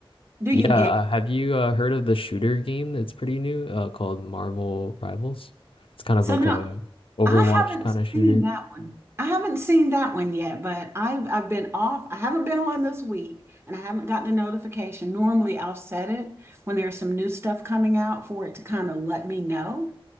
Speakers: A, on the right; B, on the left.
A: Do
B: yeah,
A: you get?
B: uh, have you uh, heard of the shooter game that's pretty new uh, called Marvel Rivals? It's kind of
A: So
B: like
A: now
B: a Overwatch
A: I haven't
B: kind of shooter.
A: seen that one. I haven't seen that one yet, but I've I've been off. I haven't been on this week and I haven't gotten a notification. Normally I'll set it when there's some new stuff coming out for it to kind of let me know.